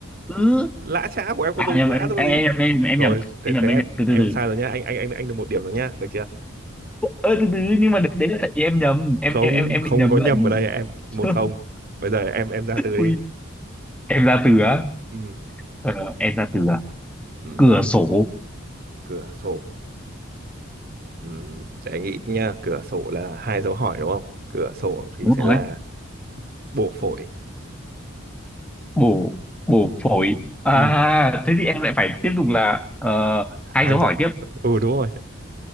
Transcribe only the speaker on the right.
Lã chã của em
có dấu
ngã
rồi
còn gì.
Rồi,
thế
thế
em
em
sai rồi nhá. Anh anh anh anh được một điểm rồi nhá. Được chưa?
Không
không
có
nhầm ở đây em. Một
không. Bây giờ em em ra từ đi.
Ừ.
Ừ.
Cửa sổ. Ừ. Để anh nghĩ nhá. Cửa sổ là hai dấu hỏi đúng không? Cửa sổ thì
sẽ là
bổ phổi.
Ừ.
Hai
dấu
hỏi.
Ừ đúng rồi